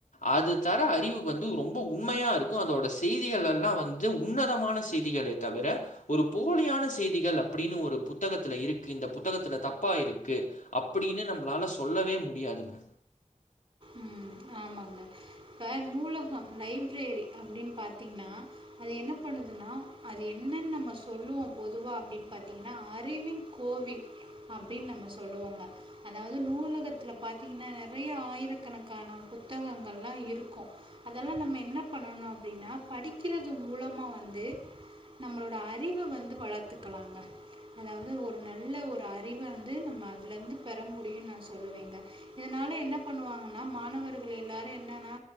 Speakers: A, on the left (about 75°); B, on the right (about 40°).
A: அது தர அறிவு வந்து ரொம்ப உண்மையா இருக்கு அதோட செய்திகள் எல்லா வந்து உன்னதமான செய்திகளே தவிர ஒரு போலியான செய்திகள் அப்பிடின்னு ஒரு புத்தகத்துல இருக்கு இந்த புத்தகத்துல தப்பா இருக்கு அப்படின்னு நம்மளால சொல்லவே முடியாதுங்க.
B: ம் ஆமாங்க இப்ப நூலகம் லைப்ரரி அப்டின்னு பாத்தீங்ன்னா அது என்ன பண்ணுதுன்னா அது என்னன்னு நம்ம சொல்லுவோ பொதுவா அப்டின்னு பாத்தீங்கனா அறிவின் கோவில் அப்டின்னு நம்ம சொல்லுவோங்க அதாவது நூலகத்துல பாத்தீங்கன்னா நெறைய ஆயிரக்கணக்கான பு த்தகங்கள்லா இருக்கு அதெல்லா நம்ம என்ன பண்ணணு அப்டின்னா படிக்கிறது மூலமா வந்து நம்மளோட அறிவ வந்து வளத்துக்கலாங்க அதாவது ஒரு நல்ல ஒரு அறிவ வந்து நம்ம அதுல இருந்து பெற முடியுன்னு நா சொல்லுவேங்க இதனால என்ன பண்ணுவாங்கன்னா மாணவர் கள் எல்லாரு என்னன்னா